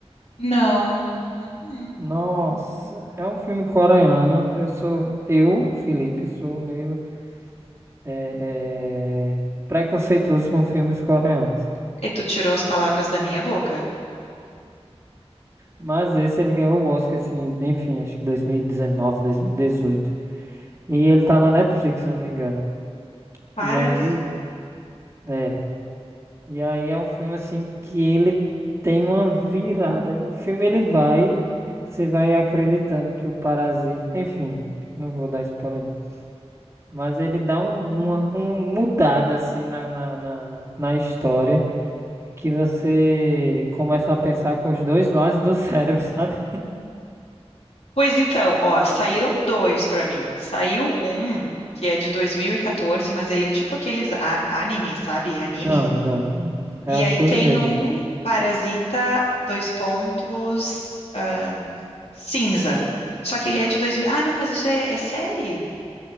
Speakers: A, on the left (about 70°); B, on the right (about 25°).
A: Não. Uhum.
B: Nossa, é um filme coreano. Eu sou. Eu, Felipe, sou meio é, é, preconceituoso com filmes coreanos.
A: E tu tirou as palavras da minha boca.
B: Mas esse ele ganhou o Oscar, assim, enfim, acho que 2019, 2018. E dezenove, dois mil e dezoito. E ele tá na Netflix, se eu não me engano.
A: Parasita.
B: E aí, é. E aí é um filme assim que ele tem uma virada. O filme ele vai, você vai acreditando que o parasita, enfim, não vou dar spoiler não. Mas ele dá um- uma, uma mudada assim na, na, na, na história que você começa a pensar com os dois lados do cérebro, <laughs> sabe?
A: Pois então, ó, saíram dois pra mim. Saiu um que é de 2014, mas ele é tipo aqueles a- anime, sabe? Anime.
B: Não, não, não. É
A: E
B: o
A: aí
B: filme
A: tem
B: mesmo.
A: um Parasita, dois pontos, ahn, cinza. Só que ele é de 2000. Ah, não, mas isso é, é série.